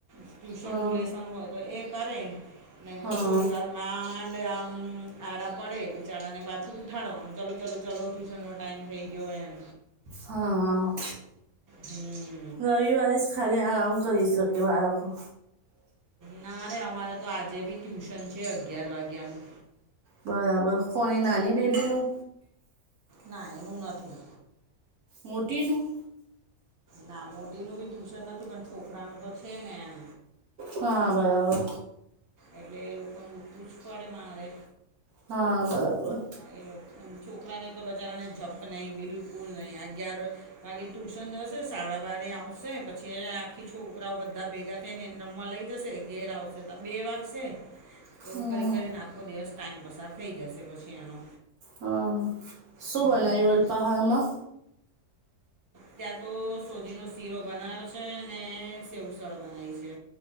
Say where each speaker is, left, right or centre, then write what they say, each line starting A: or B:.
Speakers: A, on the right (about 15°); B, on the right (about 90°).
A: ટ્યુશનનું
B: હા
A: લેસન હોય તો એ કરે. નહીં
B: હા
A: તો થોડી
B: હા
A: વાર માંડ આમ આડા પડે બિચારાને પાછું ઉઠાડવાનું ચાલું ચાલો ચાલો ટ્યુશનનો ટાઈઇમ થઈ ગયો એમ.
B: હા હા.
A: હમ્મ.
B: રવિવારે જ ખાલી આમ કરી શકે આરામ.
A: ના રે અમારે તો આજે બી ટ્યુશન છે અગિયાર વાગ્યાનું.
B: બરાબર કોની નાની બેબીનું?
A: ના એનું નથી.
B: મોટીનું?
A: ના મોટીનું બી ટ્યુશન નથી પણ છોકરાનું તો છે ને એમ.
B: હા બરાબર.
A: એટલે એ લોકોનું ઉઠું જ પડે મારે.
B: હા બરાબર.
A: એ લોકો છોકરાને તો બચારાને જપ નહી બિલકુલ નહી અગિયાર બાકી ટ્યુશન જશે સાડા બાર આવશે પછી આખી છોકરાઓ બધા ભેગા થઈને રમવા લઈ જશે ઘેર આવશે તો બે વાગશે. એવું
B: હા
A: કરી
B: હા
A: કરીને આખો દિવસ ટાઈમ પસાર થઈ જશે પછી એનો.
B: હા શું
A: હમ,
B: બનાયુ અલપહારમાં?
A: ત્યાં તો સોધીનો શીરો બનાવયો છે ને સેવસળ બનાય છે.